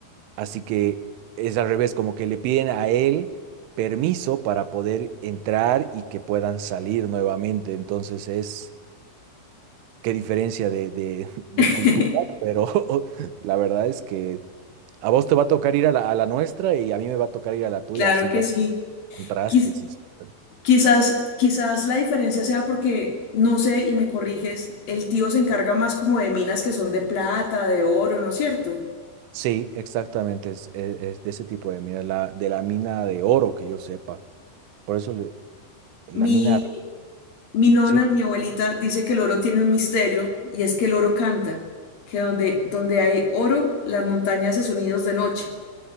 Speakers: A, on the right; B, on the left.
A: así que es al revés, como que le piden a él permiso para poder entrar y que puedan salir nuevamente, entonces es qué diferencia de, de- de
B: <laughs>
A: cultura, pero <laughs> la verdad es que a vos te va a tocar ir a la, a la nuestra y a mí me va a tocar ir a la tuya,
B: Claro
A: así
B: que
A: para
B: sí.
A: ver contrastes.
B: Quiz-
A: y-
B: quizás, quizás la diferencia sea porque, no sé, y me corriges, el tío se encarga más como de minas que son de plata, de oro, ¿no es cierto?
A: Sí, exactamente, es, es- es de ese tipo de mina, la, de la mina de oro que yo sepa. Por eso le- la
B: Mi,
A: mina,
B: mi nona,
A: sí.
B: mi abuelita, dice que el oro tiene un misterio y es que el oro canta, que donde, donde hay oro, las montañas se sonidos de noche